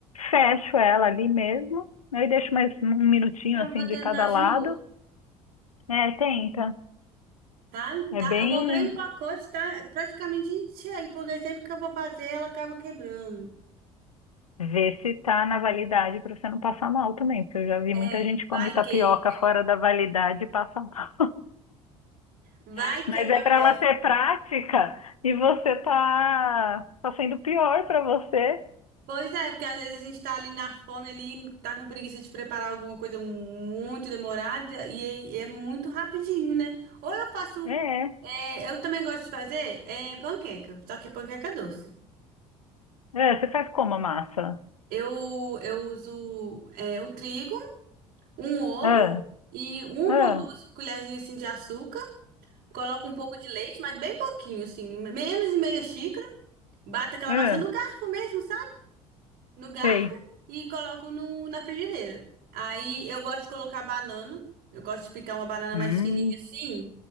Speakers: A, on the left; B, on the right.
A: Fecho ela ali mesmo, aí deixo mais um minutinho,
B: Eu
A: assim,
B: vou tentar
A: de cada
B: de
A: lado.
B: novo.
A: É, tenta.
B: Tá,
A: É
B: tá.
A: bem
B: Eu comprei um pacote, tá É praticamente cheio, porque sempre que eu vou fazer, ela acaba quebrando.
A: ver se tá na validade para você não passar mal também, porque eu já vi
B: É,
A: muita gente que come
B: vai
A: tapioca
B: que,
A: fora da validade e passa mal.
B: vai
A: <laughs>
B: que
A: Mas
B: acontece.
A: é para ela ser prática e você tá, tá sendo pior para você.
B: Pois é, porque às vezes a gente tá ali na fome ali, tá com preguiça de preparar alguma coisa muito demorada e é e é muito rapidinho, né? Ou eu faço,
A: É, é.
B: é, eu também gosto de fazer é, panqueca, só que panqueca doce.
A: É, Você faz como a massa?
B: Eu, eu uso é, o trigo. um ovo
A: Ah,
B: e uma
A: ah,
B: ou duas colherzinhas assim de açúcar. Coloca um pouco de leite, mas bem pouquinho, assim, menos de meia xícara. Bata aquela
A: ah,
B: massa no garfo mesmo, sabe? No garfo
A: sei.
B: e coloco no, na frigideira. Aí eu gosto de colocar banana. Eu gosto de picar uma banana
A: Hum,
B: mais fininha assim